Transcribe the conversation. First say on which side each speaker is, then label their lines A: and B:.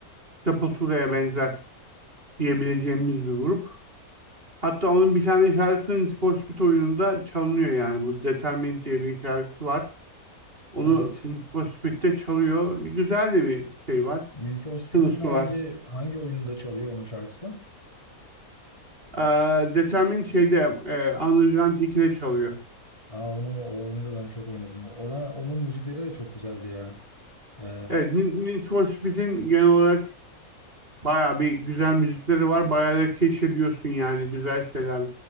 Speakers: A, on the right (about 40°); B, on the left (about 20°).
A: Sepultura'ya benzer diyebileceğimiz bir grup. Hatta onun bir tane şarkısının Need for Speed oyununda çalınıyor yani. Bu Determined diye bir şarkısı var. Onu
B: Evet.
A: Need for Speed'de çalıyor. Güzel de bir şey var.
B: Need for Speed'in
A: Sınıfı
B: hangi
A: var.
B: hangi oyununda çalıyor onun şarkısı?
A: Ee, Determined şeyde e, Underground 2'de çalıyor.
B: Aa, onu o oyunu da ben çok oynadım. Ora, onun müzikleri de çok güzeldi ya. Ee,
A: Evet, Need Need for Speed'in genel olarak bayağı bir güzel müzikleri var. Bayağı da keşfediyorsun yani güzel şeyler.